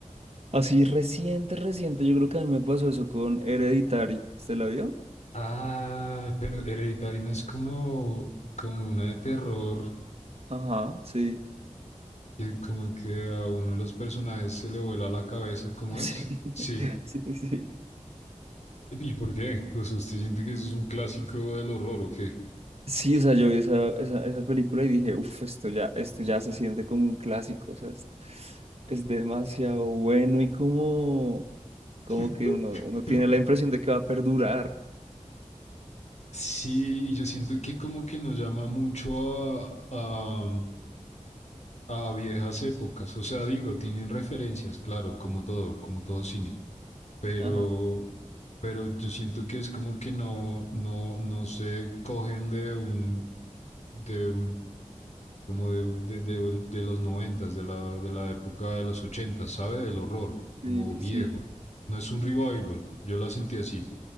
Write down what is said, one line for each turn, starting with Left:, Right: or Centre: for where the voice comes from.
Right: Así reciente, reciente. Yo creo que a mí me pasó eso con Hereditary. ¿Usted la vio?
Left: Ah, pero Hereditary no es como, como una de terror,
Right: Ajá, sí.
Left: que como que a uno de los personajes se le vuela la cabeza, ¿cómo
Right: Sí,
Left: es? Sí.
Right: <laughs> sí, sí.
Left: ¿Y por qué? O sea, ¿usted siente que eso es un clásico del horror o qué?
Right: Sí, o sea, yo vi esa, esa, esa película y dije, uff, esto ya, esto ya se siente como un clásico. O sea, es, es demasiado bueno y como, como
Left: <laughs>
Right: que uno, uno tiene la impresión de que va a perdurar.
Left: Sí, y yo siento que como que nos llama mucho a, a, a viejas épocas. O sea, digo, tienen referencias, claro, como todo, como todo cine. Pero,
Right: Ajá.
Left: pero yo siento que es como que no, no, no se cogen de un, de un- como de, de, de- de los noventas, de la, de la época de los ochentas, ¿sabe? Del horror,
Right: Sí,
Left: como viejo.
Right: sí.
Left: No es un revival, yo la sentí así.